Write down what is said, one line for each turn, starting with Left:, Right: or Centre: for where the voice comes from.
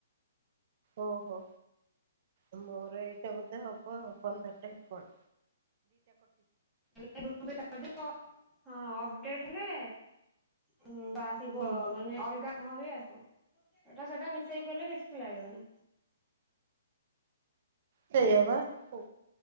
Right: ଓ ହୋ। ଆମ ଘରେ ଏଇଟା ବୋଧେ ହବ ପନ୍ଦର ଟେ <unintelligible>
Centre: ହଁ ଅପଡେଟ ହେଲେ ହୁଁ ବା ଆସିବ
Right: ହୁଁ
Centre: ମାନେ ଅଲଗା କାମ ବି ଆସୁ ଏଟା ସେଟା ମିଶେଇ କଲେ କିଛି ଲାଗିବନି।
Right: ସେଇଆ ବା